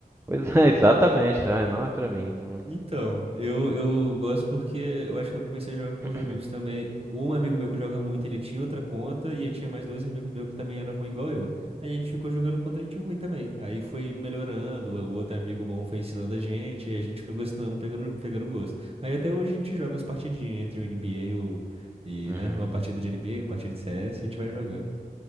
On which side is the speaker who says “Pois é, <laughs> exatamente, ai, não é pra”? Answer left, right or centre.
Right